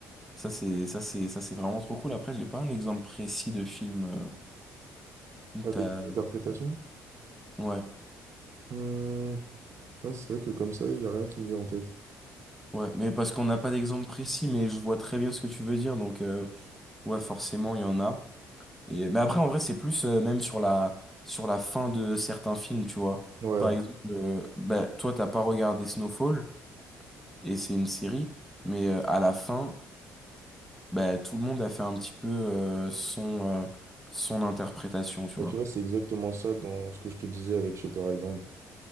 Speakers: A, in the centre; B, on the right.
A: Ça, c'est, ça, c'est, ça, c'est vraiment trop cool. Après, j'ai pas un exemple précis de film euh, où
B: Avec
A: t'as.
B: une
A: euh,
B: interprétation,
A: Ouais,
B: Hmm, ouais, c'est vrai que comme ça, il n'y a rien qui me vient en tête.
A: ouais. Mais parce qu'on n'a pas d'exemple précis, mais je vois très bien ce que tu veux dire. Donc, euh, ouais, forcément, il y en a. Et... Mais après, en vrai, c'est plus euh, même sur la, sur la fin de certains films, tu vois.
B: Ouais,
A: Par exemple, euh, bah, toi, t'as pas regardé Snowfall, et c'est une série, mais euh, à la fin, bah, tout le monde a fait un petit peu euh, son, euh, son interprétation, tu
B: Bah,
A: vois.
B: tu vois, c'est exactement ça dans ce que je te disais avec Shutter Island.